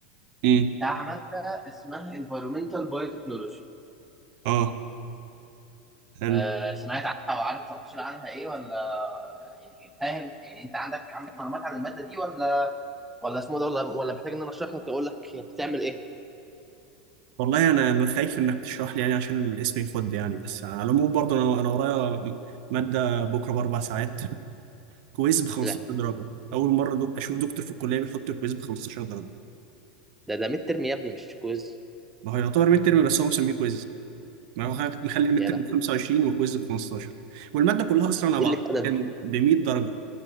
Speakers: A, on the right; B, in the centre.
A: امم
B: بتاع ماده اسمها environmental biotechnology
A: اه حلو
B: آه سمعت عنها او عارف تفاصيل عنها ايه ولا يعني فاهم يعني انت عندك عندك معلومات عن الماده دي ولا ولا اسمه ده ولا ولا محتاج ان انا اشرح لك اقول لك هي بتعمل ايه
A: والله انا انا خايف انك تشرح لي يعني عشان الاسم يخد يعني بس على العموم برضه انا انا ورايا ماده بكره باربع ساعات كويز ب 15
B: لا
A: درجه اول مره دو... اشوف دكتور في الكليه بيحط الكويز ب 15 درجه
B: ده ده ميد ترم يا ابني مش كويز
A: ما هو يعتبر ميد ترم بس هو مسميه كويز ما هو خ- مخلي الميد
B: يا
A: ترم
B: لهوي
A: ب 25 والكويز ب 15 والماده كلها اصلا
B: دي
A: على
B: قله
A: بعض
B: ادب
A: كان ب 100 درجه